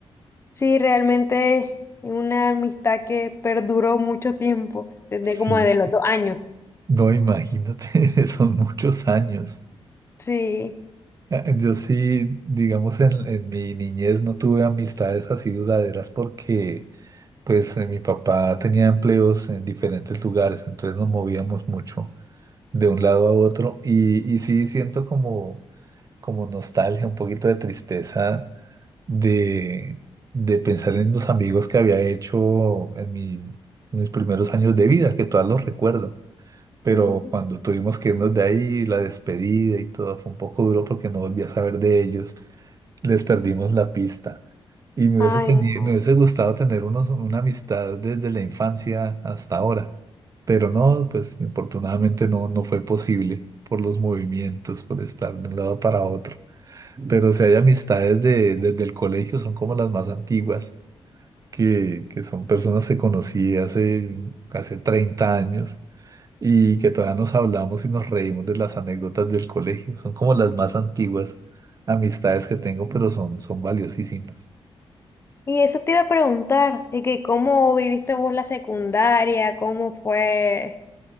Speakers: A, on the left; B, on the right.
A: Sí, realmente una amistad que perduró mucho tiempo, desde
B: Sí,
A: como de los dos años.
B: No, imagínate, <laughs> son muchos años.
A: Sí.
B: Ah, Yo sí, digamos, en, en mi niñez no tuve amistades así duraderas porque, pues, eh, mi papá tenía empleos en diferentes lugares, entonces nos movíamos mucho de un lado a otro y, y sí siento como, como nostalgia, un poquito de tristeza de, de pensar en los amigos que había hecho en mi- mis primeros años de vida, que todos los recuerdo. pero
A: Ujú.
B: cuando tuvimos que irnos de ahí, la despedida y todo fue un poco duro porque no volví a saber de ellos, les perdimos la pista. Y me
A: Ay,
B: hubiese teni-
A: no.
B: me hubiese gustado tener unos, una amistad desde la infancia hasta ahora, pero no, pues infortunadamente no, no fue posible por los movimientos, por estar de un lado para otro. Pero si hay amistades de, desde el colegio, son como las más antiguas, que, que son personas que conocí hace, hace 30 años y que todavía nos hablamos y nos reímos de las anécdotas del colegio. Son como las más antiguas amistades que tengo, pero son, son valiosísimas.
A: Y eso te iba a preguntar, de que cómo viviste vos la secundaria, cómo fue,